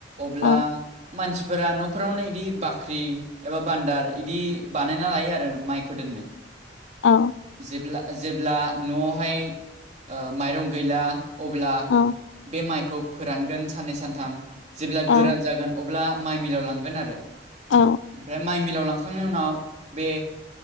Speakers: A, on the right; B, on the left.
A: अब्ला
B: औ
A: मानसिफोरा न'फोरावनो इदि बाख्रि एबा बान्दार इदि बानायना लायो आरो माइखौ दोननो।
B: अ।
A: जेब्ला जेब्ला न'आवहाय ओ माइरं गैला अब्ला
B: औ
A: बे माइखौ फोरानगोन साननै सानथाम जेब्ला
B: औ
A: गोरान जागोन अब्ला माइ मिलाव लांगोन आरो
B: औ
A: ओमफाय माइ मिलाव लां हाखांनायनि उनाव बे